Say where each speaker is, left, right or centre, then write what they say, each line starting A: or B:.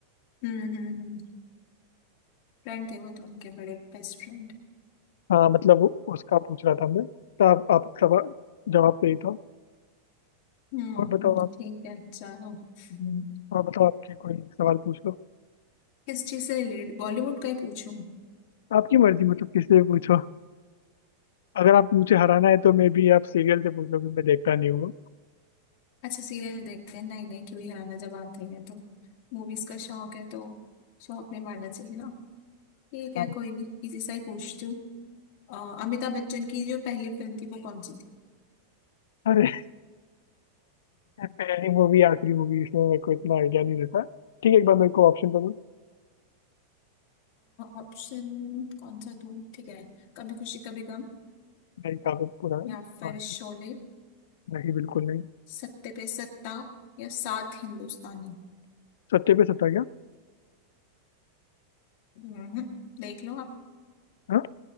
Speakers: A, on the left; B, on the left.
A: हम्म हम्म हम्म फ्रेंड थे वो तो उनके बड़े बेस्ट फ्रेंड
B: हाँ मतलब वो- उसका पूछ रहा था मैं तो आप आप सवाल जवाब सही था
A: हम्म
B: और बताओ आप
A: ठीक है चलो हम्म,
B: हाँ बताओ आपके कोई सवाल पूछ लो
A: किस चीज से रिलेटेड बॉलीवुड का ही पूछूं
B: आपकी मर्जी मतलब किससे भी पूछो अगर आप मुझे हराना है तो मैं भी आप सीरियल से पूछ लो क्योंकि मैं देखता नहीं हूँ
A: अच्छा सीरियल देखते हैं नहीं नहीं क्यों ही हराना जब आते हैं तो मूवीज का शौक है तो शौक नहीं मारना चाहिए हाँ ठीक
B: हाँ
A: है कोई नहीं इसी से ही पूछती हूँ अ, अमिताभ बच्चन की जो पहली फिल्म थी वो कौन सी थी
B: अरे <laughs> पहली मूवी आखिरी मूवी इसमें मेरे को इतना आइडिया नहीं रहता ठीक है एक बार मेरे को ऑप्शन दो
A: ऑप्शन कौन सा दूँ ठीक है कभी खुशी कभी गम
B: नहीं काफी पुराना
A: या फिर शोले
B: नहीं बिल्कुल नहीं
A: सत्ते पे सत्ता या सात हिंदुस्तानी
B: सत्ते पे सत्ता क्या
A: हम्म, देख लो आप
B: हाँ